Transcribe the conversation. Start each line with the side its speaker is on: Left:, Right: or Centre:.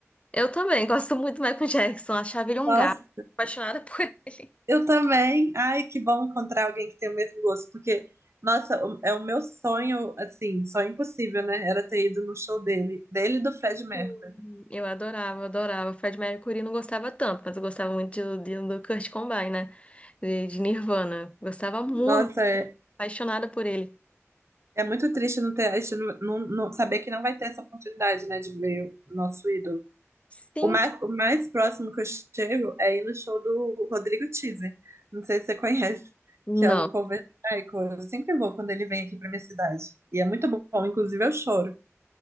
Left: Eu também gosto muito do Michael Jackson. Achava ele um
Right: Nossa,
Left: gato. Apaixonada <laughs> por ele.
Right: Eu também. Ai, que bom encontrar alguém que tem o mesmo gosto, porque, nossa, o- é o meu sonho, assim, sonho impossível, né? Era ter ido no show dele, dele e do Fred Mercury.
Left: Sim, Eu adorava, adorava. Fred Mercury não gostava tanto, mas eu gostava muito de, de- do Kurt Cobain, né? De, de Nirvana. Gostava muito,
Right: Nossa, é,
Left: apaixonada por ele.
Right: é muito triste não ter, a gente não, não- não- saber que não vai ter essa oportunidade, né, de ver o nosso ídolo.
Left: Sim,
Right: O mais,
Left: ca-
Right: o mais próximo que eu chego é ir no show do Rodrigo Teaser. Não sei se você conhece,
Left: não,
Right: que é o cover do Michael. Eu sempre vou quando ele vem aqui pra minha cidade. E é muito bom, inclusive eu choro.